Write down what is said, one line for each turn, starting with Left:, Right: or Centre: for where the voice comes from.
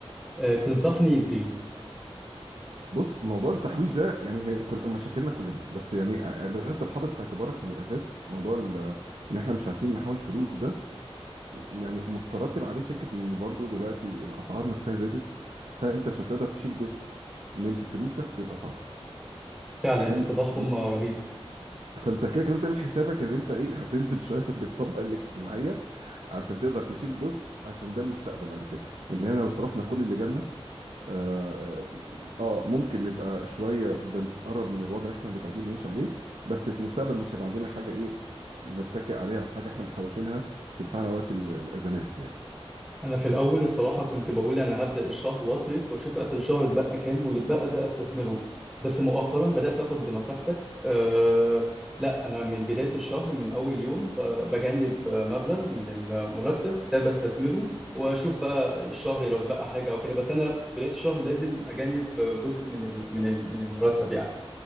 Centre: آه، تنصحني بايه
Right: بص موضوع التحويش ده يعني هي كل مشاكلنا كلنا بس يعني ع- لازم تبقى حاطط في اعتبارك من الاساس موضوع ال- ان احنا مش عارفين نحوش فلوس ده يعني مترتب عليه فكره ان برضو دلوقتي الاسعار نفسها زادت فانت عشان تقدر تشيل جزء من فلوسك بيبقى صعب
Centre: فعلا
Right: حلو
Centre: التضخم
Right: ف-
Centre: رهيب
Right: فانت كده كده بتعمل حسابك ان انت ايه هتنزل شويه <laughs> بالطبقه الاجتماعيه عشان تقدر تشيل جزء عشان ده المستقبل بعد كده ان احنا لو صرفنا كل اللي جالنا اه آه، ممكن نبقى شويه بنقرب من الوضع اللي احنا متعودين نعيش عليه بس في المستقبل مش هيبقى عندنا حاجه ايه نتكئ عليها او حاجه احنا محوشينها تنفعنا وقت ال- الازمات يعني
Centre: انا في الاول الصراحه كنت بقول انا هبدا الشهر واصرف واشوف اخر الشهر اتبقى كام واللي اتبقى ده استثمره بس مؤخرا بدات اخد بنصيحتك أه لا انا من بدايه الشهر من اول يوم آه، بجنب آه، مبلغ من المرتب ده بستثمره واشوف بقى الشهر لو اتبقى حاجه او كده بس انا في بدايه الشهر لازم اجنب آه، جزء من ال من ال من المرتب يعني